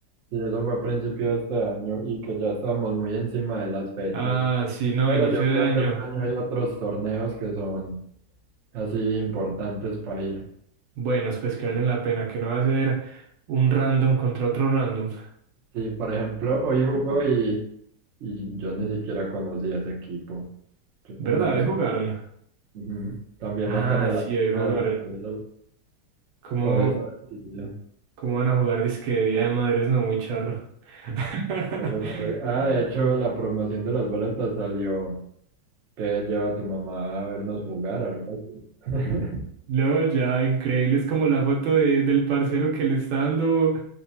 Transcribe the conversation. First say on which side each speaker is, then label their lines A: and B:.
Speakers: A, on the right; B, on the right.
A: sí, eso fue a principio de este año y que ya estábamos muy encima de las fechas.
B: Ah, sí, no,
A: Pero
B: inicio
A: yo creo
B: de año.
A: que este año hay otros torneos que son así importantes para ir.
B: Buenos, pues que valen la pena, que no va a ser un random contra otro random.
A: Sí, por ejemplo, hoy jugó y, y yo ni siquiera conocía ese equipo. Yo no,
B: ¿Verdad?
A: no
B: Hoy
A: sé.
B: jugaron.
A: Ujú. También
B: Ah,
A: acá en el
B: sí,
A: Atanasio,
B: hoy jugaron.
A: por eso,
B: Como,
A: por eso decidí.
B: ¿Cómo van a jugar disque de Día de Madres? No, muy charro. <laughs>
A: Eso no re- Ah, de hecho, la promoción de las boletas salió que lleva a tu mamá a vernos jugar, algo así. <laughs>
B: No, ya, increíble. Es como la foto de- del parcero que le está dando,